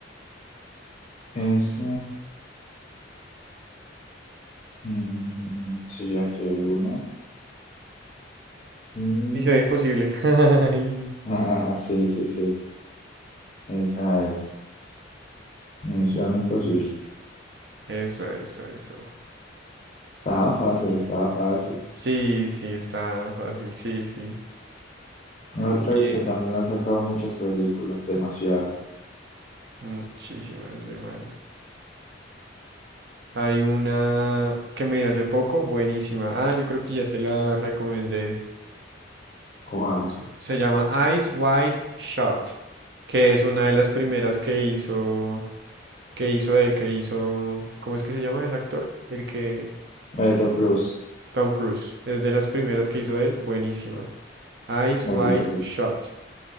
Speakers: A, on the left (about 35°); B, on the right (about 55°).
A: S. mm, sí, aquí hay una. Y...
B: Misión imposible. <laughs> Ay,
A: Ah, <laughs> sí, sí, sí. Esa es. Misión Imposible.
B: Eso, eso, eso.
A: Estaba fácil, estaba fácil.
B: Sí, sí, está fácil. Sí, sí.
A: Otra
B: Bien.
A: que también la han sacado muchas películas, demasiado.
B: Muchísimas demandas. Hay una que me di hace poco, buenísima. Ah, yo creo que ya te la recomendé.
A: ¿Cuál?
B: Se se llama Eyes Wide Shut, que es una de las primeras que hizo que hizo él, que hizo, ¿cómo es que se llama ese actor? El que,
A: Eh, Tom Cruise.
B: Tom Cruise, es de las primeras que hizo él, buenísima. Eyes
A: Así
B: Wide
A: creo,
B: Shot,